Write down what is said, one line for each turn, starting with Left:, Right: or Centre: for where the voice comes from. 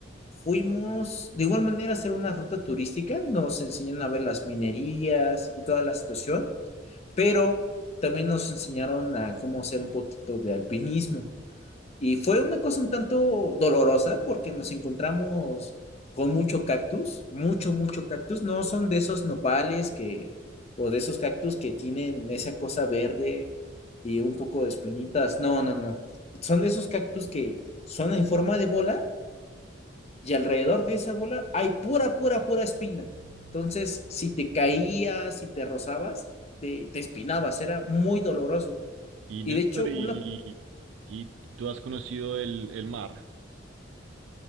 Left: fuimos de igual manera a hacer una ruta turística. Nos enseñaron a ver las minerías y toda la situación, pero también nos enseñaron a cómo hacer un poquito de alpinismo. Y fue una cosa un tanto dolorosa porque nos encontramos con mucho cactus, mucho, mucho cactus. No son de esos nopales que, o de esos cactus que tienen esa cosa verde y un poco de espinitas. No, no, no, no. Son de esos cactus que son en forma de bola y alrededor de esa bola hay pura, pura, pura espina. Entonces, si te caías, si te rozabas, te, te espinabas, era muy doloroso.
Right: Y
Left: Y
Right: Néstor,
Left: de hecho,
Right: ¿y,
Left: una,
Right: y tú has conocido el, el mar